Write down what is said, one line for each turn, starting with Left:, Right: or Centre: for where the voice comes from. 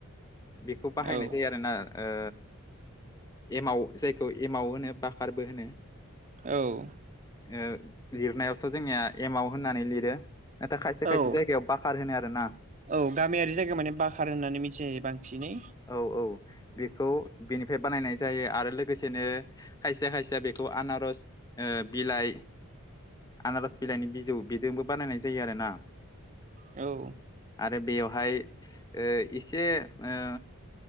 Left: बिखौ बाहायनाय
Right: औ
Left: जायो आरोना ओ एमाव जायखौ एमाव होनो बाखारबो होनो
Right: औ
Left: ओ लिरनायावथ' जोंनिया एमाव होननानै लिरो नाथाय खायसे
Right: औ
Left: खायसे जायगायाव बाखार होनो आरोना
Right: औ गामियारि जायगायाव माने बाखार होननानै मिथिनाय जायो बांसिनै
Left: औ औ बेखौ बेनिफाय बानायनाय जायो आरो लोगोसेनो खायसे खायसेया बेखौ आनारस ओ बिलाइ आनार'स बिलाइनि बिजौ बेजोंबो बानायनाय जायो आरो ना
Right: औ
Left: आरो बेयावहाय ओ इसे ओ